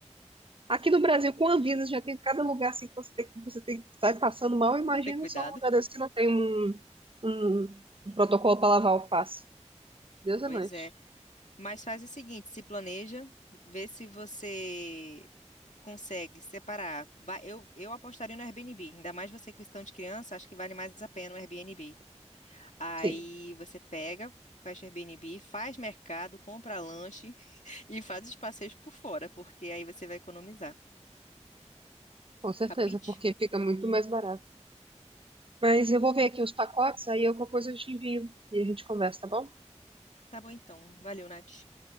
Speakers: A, on the right; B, on the left.
A: Aqui no Brasil, com Anvisa, já tem cada lugar assim que você tem, que- você tem que sair passando mal. Imagina
B: Ter cuidado.
A: só um lugar desse que não tem um, um, um protocolo para lavar alface. Deus é
B: Pois
A: mais.
B: é. Mas faz o seguinte, se planeja, vê se você consegue separar. Ba- Eu, eu apostaria no Airbnb, ainda mais você com questão de criança, acho que vale mais a pena o Airbnb. Aí
A: Sim,
B: você pega, fecha o Airbnb, faz mercado, compra lanche <laughs> e faz os passeios por fora, porque aí você vai economizar.
A: com certeza,
B: Capite?
A: porque fica muito mais barato. Mas eu vou ver aqui os pacotes, aí qualquer coisa eu te envio e a gente conversa, tá bom?
B: Tá bom então. Valeu, Nath.